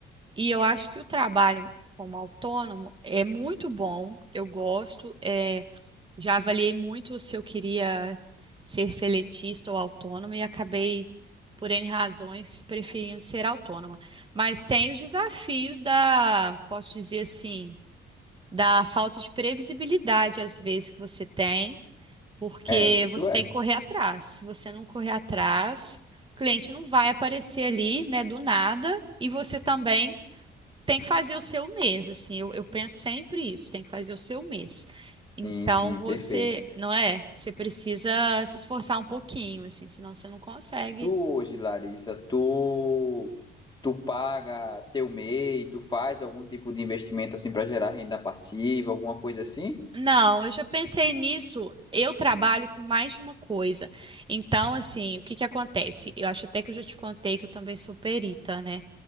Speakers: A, on the right; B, on the left.
A: E eu acho que o trabalho como autônomo é muito bom, eu gosto. é, já avaliei muito se eu queria ser seletista ou autônoma e acabei, por N razões, preferindo ser autônoma. Mas tem os desafios da, posso dizer assim, da falta de previsibilidade às vezes que você tem, porque
B: é, isso
A: você
B: é.
A: tem que correr atrás. Se você não correr atrás, o cliente não vai aparecer ali, né, do nada, e você também. Tem que fazer o seu mês, assim, eu, eu penso sempre isso, tem que fazer o seu mês. Então
B: Sim, sim,
A: você,
B: perfeito.
A: não é? Você precisa se esforçar um pouquinho, assim, senão você não consegue.
B: Tu hoje, Larissa, tu tu paga teu MEI, tu faz algum tipo de investimento assim para gerar renda passiva, alguma coisa assim?
A: Não, eu já pensei nisso. Eu trabalho com mais de uma coisa. Então, assim, o que que acontece? Eu acho até que eu já te contei que eu também sou perita, né?